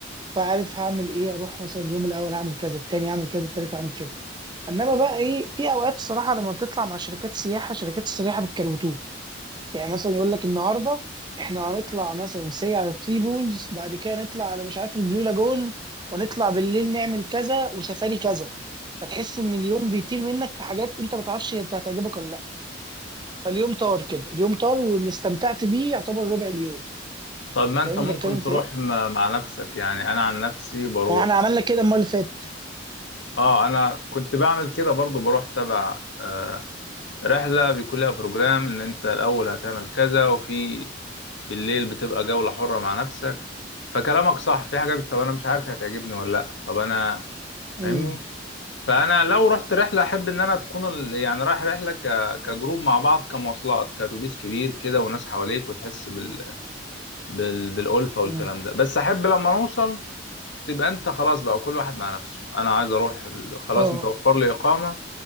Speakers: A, on the right (about 25°); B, on the left (about 65°).
A: فعارف هعمل ايه اروح مثلا اليوم الاول هعمل كذا التاني هعمل كذا التالت هعمل كذا انما بقى ايه في اوقات صراحه لما بتطلع مع شركات سياحه شركات السياحه بتكروتوك يعني مثلا يقول لك النهارده احنا هنطلع مثلا سي على ثري بولز بعد كده نطلع على مش عارف البلو لاجون ونطلع بالليل نعمل كذا وسفاري كذا فتحس ان اليوم بيطير منك في حاجات انت ما تعرفش انت هتعجبك ولا لا فاليوم طار كده اليوم طار واللي استمتعت بيه يعتبر ربع اليوم
B: طب ما انت
A: فاهمني
B: ممكن
A: بتكلم
B: تروح
A: في ايه؟
B: م- مع نفسك يعني انا عن نفسي بروح
A: ما هو احنا عملنا كده المره اللي فاتت
B: اه انا كنت بعمل كده برضو بروح تبع آه، رحلة بيكون لها بروجرام إن أنت الأول هتعمل كذا وفي بالليل بتبقى جولة حرة مع نفسك فكلامك صح في حاجات طب أنا مش عارف هي هتعجبني ولا لأ طب أنا
A: امم
B: فاهمني فأنا لو رحت رحلة أحب إن أنا تكون ال... يعني رايح رحلة ك... كجروب مع بعض كمواصلات كأتوبيس كبير كده وناس حواليك وتحس بال... بال... بالألفة والكلام
A: امم
B: ده بس أحب لما نوصل تبقى انت خلاص بقى كل واحد مع نفسه انا عايز اروح ال... خلاص
A: اه
B: انت وفر لي اقامه